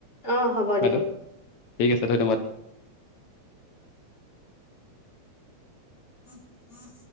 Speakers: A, on the left; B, on the left.
A: অ হ'ব
B: বাইদেউ।
A: দিয়ক
B: ঠিক আছে ধন্যবাদ।
A: উম উম